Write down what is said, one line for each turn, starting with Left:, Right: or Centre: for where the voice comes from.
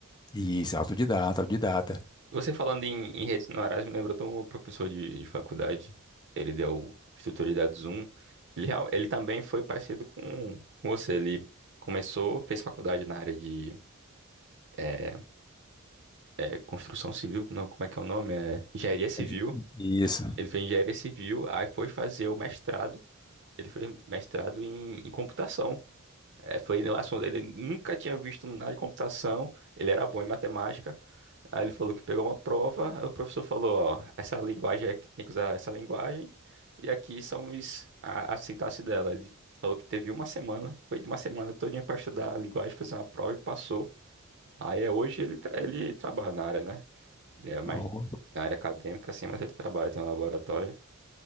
Left: e isso, autodidata, autodidata.
Right: Você falando em, em redes neurais, me lembrou de um professor de, de faculdade. Ele deu estrutura de Ele, real- ele também foi parecido com, com você. Ele começou, fez faculdade na área de eh, eh, construção civil, não, como é que é o nome? É, engenharia civil.
Left: Entendi. Isso.
Right: Ele fez engenharia civil, aí foi fazer o mestrado Ele foi mestrado em, em computação. É, foi no assunto. Ele nunca tinha visto nada de computação. Ele era bom em matemática. Aí ele falou que pegou uma prova. aí O professor falou: Ó, essa linguagem aqui tem que usar essa linguagem. E aqui são os, a, a sintaxe dela. Ele falou que teve uma semana. Foi de uma semana todinha para estudar a linguagem, fazer uma prova e passou. Aí é, hoje ele, tra- ele trabalha na área, né? Ele é mais
Left: Oh,
Right: na área acadêmica, assim, mas ele trabalha tem um laboratório.